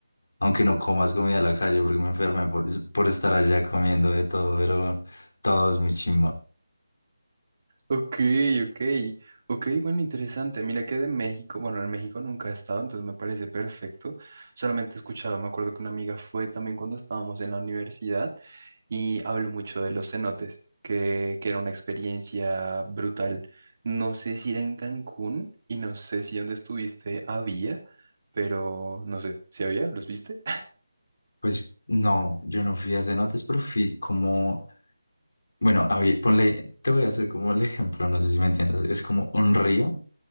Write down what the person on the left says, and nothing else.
Aunque no comas comida de la calle porque me enfermé por, por estar allá comiendo de todo, pero todo es muy chimba.
Pues no, yo no fui a cenotes, pero fui como, bueno, a ver, ponle, te voy a hacer como el ejemplo, no sé si me entiendes. Es como un río